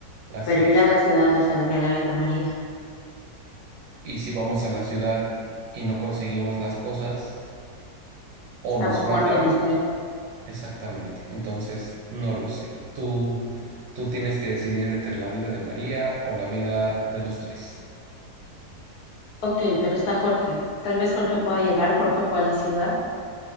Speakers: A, on the right; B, on the left.
A: Así
B: pero ir
A: es.
B: a la ciudad le salvaría la vida a María.
A: Y si vamos a la ciudad y no conseguimos las cosas, o
B: Estamos
A: nos matan,
B: muertos los tres.
A: exactamente. Entonces, no lo sé. Tú, tú tienes que decidir entre la vida de María o la vida de los tres.
B: Ok, pero está Jorge. Tal vez Jorge pueda llegar. Jorge fue a la ciudad.